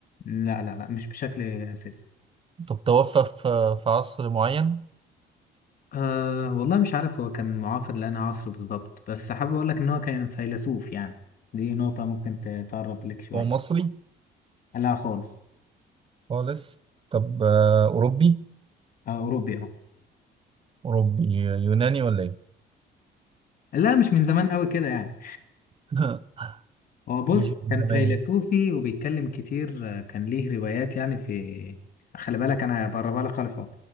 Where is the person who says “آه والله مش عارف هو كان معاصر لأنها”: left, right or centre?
Left